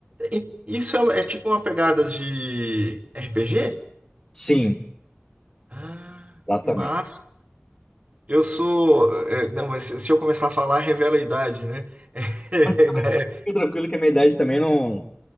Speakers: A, on the right (about 35°); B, on the left (about 20°).
A: E- e- Isso é, é tipo uma pegada de RPG?
B: Sim,
A: Ah,
B: exatamente.
A: que massa. Eu sou, é, não, mas se, se eu começar a falar, revela a idade, né? <laughs>
B: Mas eu também
A: Né?
B: só fica tranquilo que a minha idade também não,